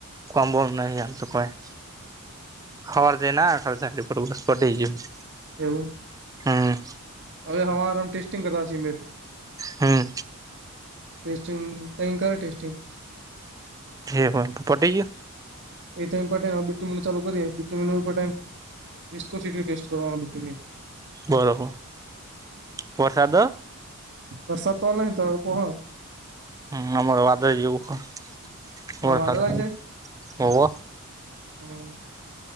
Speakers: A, on the right; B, on the right.
A: કોમ બોમ નય હાલ તો કાઈ હવાર જઈ ને આયો <unintelligible>
B: એવું
A: હમ.
B: અરે, હવારે ટેસ્ટિંગ કરતા સિમેટ.
A: હમ.
B: કંઈ કરોને, ટેસ્ટિંગ.
A: હે હો તો, ફોટટી.
B: એ બીટીિ ચાલુ કરીએ બીટીિાઈમ. Riico city test કરાવને.
A: બરફ વર્ષા તો.
B: વરસાદ તોલા ન તો કહો.
A: હ, આમર વાદ જુવકર સાધાર
B: હા વાદળ આઈ
A: હવ.
B: જાય હમ.